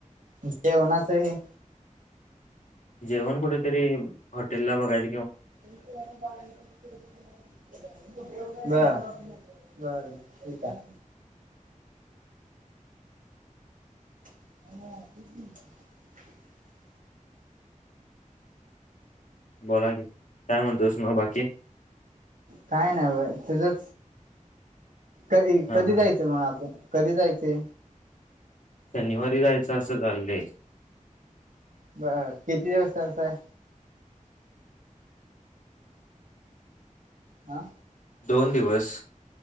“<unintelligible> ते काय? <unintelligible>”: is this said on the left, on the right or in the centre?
Right